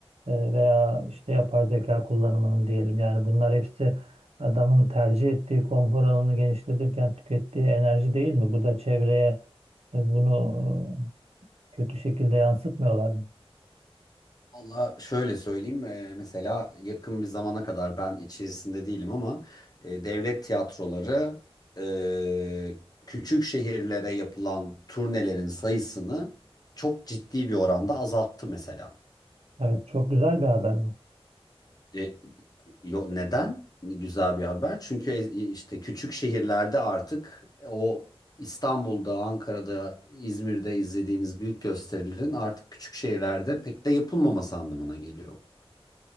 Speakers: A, on the right; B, on the left.
A: e, veya işte yapay zeka kullanımının diyelim. Yani bunlar hepsi adamın tercih ettiği konfor alanını genişletirken tükettiği enerji değil mi? Bu da çevreye e, bunu e, kötü şekilde yansıtmıyorlar mı?
B: Valla şöyle söyleyeyim, eee, mesela yakın bir zamana kadar ben içerisinde değilim ama eee, devlet tiyatroları eee, küçük şehirlere yapılan turnelerin sayısını çok ciddi bir oranda azalttı mesela.
A: Evet, çok güzel bir haber bu.
B: E, yo- neden? Güzel bir haber. Çünkü e- işte küçük şehirlerde artık o İstanbul'da, Ankara'da, İzmir'de izlediğiniz büyük gösterilerin artık küçük şehirlerde pek de yapılmaması anlamına geliyor. bu.